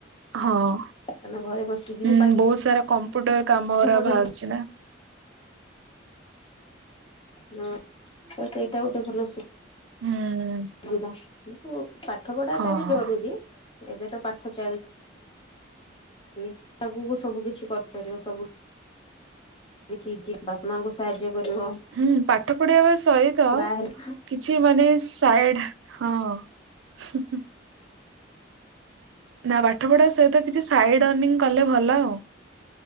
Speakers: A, on the right; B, on the left.
A: ହଁଁ
B: ତମେ ଘରେ ବସିକି
A: ବହୁତ
B: ବି
A: ସାରା କମ୍ପ୍ୟୁଟର କାମ
B: ପାଠ
A: ଗୁରା
B: ପଢି
A: ବାହାରୁଛି ନା।
B: ହଁ ତ ସେଇଟା ଗୋଟେ ଭଲ ସୁ
A: ହୁଁ
B: ବିଧା । <unintelligible> ପାଠ ପଢା
A: ହଁ
B: ଟା ବି ଜରୁରୀ। ଏବେ ତ ପାଠ ଚାଲିଛି <unintelligible> ଆଗକୁ ସବୁ କିଛି କରିପାରିବା ସବୁ । କିଛି କିଛି ବାପ ମାଙ୍କୁ ସାହାଯ୍ୟ କରିବ
A: ହୁଁ ପାଠ ପଢେଇବା ସହିତ
B: ବାହା ହେଲେ
A: କିଛି ମାନେ ସାଇଡି ହଁ। ନା ପାଠ ପଢା ସହିତ କିଛି ସାଇଡ ଏର୍ଣିଂ । କଲେ ଭଲ ଆଉ।